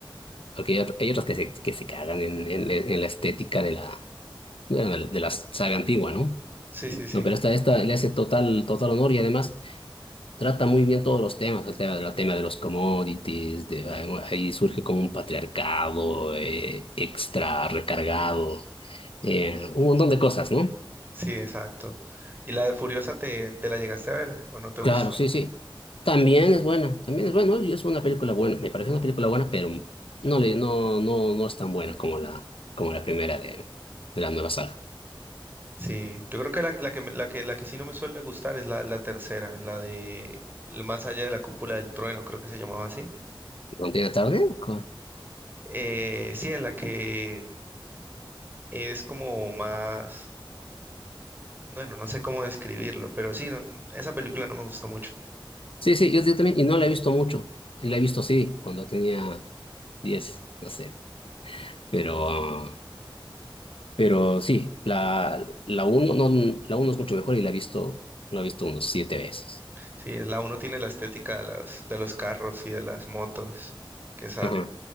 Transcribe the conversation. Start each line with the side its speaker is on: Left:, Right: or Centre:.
Left: porque hay, otro- hay otros que se, que se cagan en, en, en la estética de la, bueno, de la, de la saga antigua, ¿no?
Right: Sí, sí, sí.
Left: No, pero esta, esta le hace total, total honor y además... trata muy bien todos los temas, el tema, el tema de los commodities, de, bueno, ahí surge como un patriarcado eh, extra recargado, eh, un montón de cosas, ¿no?
Right: Sí, exacto. ¿Y la de Furiosa te, te la llegaste a ver o no te
Left: Claro,
Right: gustó?
Left: sí, sí. También es buena, también es buena, ¿no? y es una película buena, me parece una película buena, pero no, le, no, no, no es tan buena como la, como la primera de, de la nueva saga.
Right: Sí, yo creo que la, la que, me- la que, la que sí no me suele gustar es la, la tercera, la de el Más allá de la cúpula del trueno, creo que se llamaba así.
Left: ¿No tiene tarde? ¿Cómo?
Right: Eh, sí, en la que es como más, bueno, no sé cómo describirlo, pero sí, no- esa película no me gustó mucho.
Left: Sí, sí, yo, yo también, y no la he visto mucho, la he visto sí, cuando tenía 10 no sé, pero... Pero sí, la, la uno, no, la uno es mucho mejor y la he visto, la he visto unos siete veces.
Right: Sí, es la uno tiene la estética de las, de los carros y de las motos que salen
Left: Ajá.